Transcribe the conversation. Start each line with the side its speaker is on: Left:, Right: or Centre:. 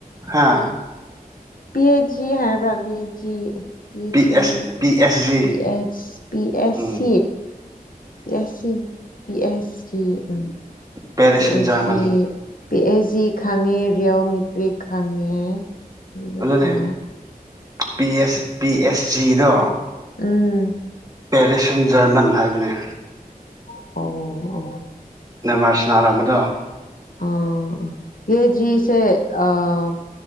Right: ꯍꯥꯥ
Left: ꯄꯤ ꯑꯦꯆꯖꯤ ꯍꯥꯏꯕ꯭ꯔꯕꯤ ꯄꯤ ꯒꯑꯦ
Right: ꯄꯤ
Left: ꯄꯖꯤ
Right: S P S G
Left: P S ꯁꯤ ꯄꯦ ꯑꯁ
Right: ꯎꯝ
Left: ꯁꯤ ꯄꯤ ꯑꯦꯁ ꯁꯤ ꯄꯤ ꯑꯦꯁ ꯁꯤ ꯎ
Right: ꯄꯦꯔꯤꯁ
Left: ꯄꯤ
Right: ꯁꯟ
Left: ꯑꯦꯁꯖꯤ
Right: ꯖꯔꯃꯟ
Left: ꯄꯤ ꯑꯩꯆ ꯖꯤ ꯈꯪꯉꯦ ꯔꯤꯑꯣꯃꯦꯦꯇ꯭ꯔꯤꯛ ꯈꯪꯉꯦ ꯑꯗꯨꯒ
Right: ꯑꯗꯨꯅꯦ ꯄꯤ ꯑꯦꯁ ꯄꯤ ꯑꯦꯁ ꯖꯤꯗꯣ
Left: ꯎꯝ
Right: ꯄꯦꯔꯤꯁꯟ ꯖꯔꯃꯟ ꯍꯥꯏꯕꯅꯤ
Left: ꯑꯣ ꯑꯣ
Right: ꯅꯥꯃꯔ ꯁꯅꯔꯝ ꯕꯗꯣ
Left: ꯑꯣ ꯄꯦꯥꯖꯤꯁꯦ ꯑꯣ